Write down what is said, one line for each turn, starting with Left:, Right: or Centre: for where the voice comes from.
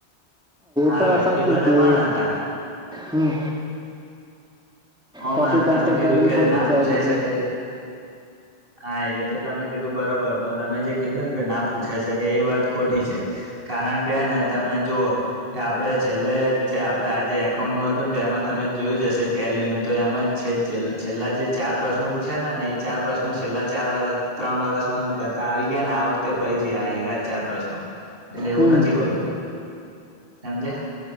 Right: હા
Centre: તો સાચી
Right: એ બધા
Centre: કે
Right: પણ હતા
Centre: હમ.
Right: ઓ
Centre: કોપી
Right: મે તમે
Centre: કન્સ્ટ્રક્ટર
Right: કીધું કે
Centre: એ પણ
Right: ના
Centre: પૂછાયેલું
Right: પૂછાય
Centre: છે
Right: શકે? હા એ તો તમે કીધું બરોબર પણ તમે જે કીધું ને કે ના પૂછાય શકે એ વાત ખોટી છે. કારણ કે ને તમે જોઓ કે આપડે છેલ્લે જે આપડે આજે એકાઉન્ટ નું હતુંને તો એમાં તમે જોયું જશે ટેલીનું તો એમાં છે છેલ્લા જે ચાર પ્રશ્નો પૂછ્યા હતા ને એ ચાર પ્રશ્નો છેલ્લા ચાર વર ત્રણ વર્ષમાં બધા આવી ગયા ને આ વખતે ફરીથી આ એરા ચાર પ્રશ્નો. એટલે એવું
Centre: હમ
Right: નથી હોતું સમજ્યા..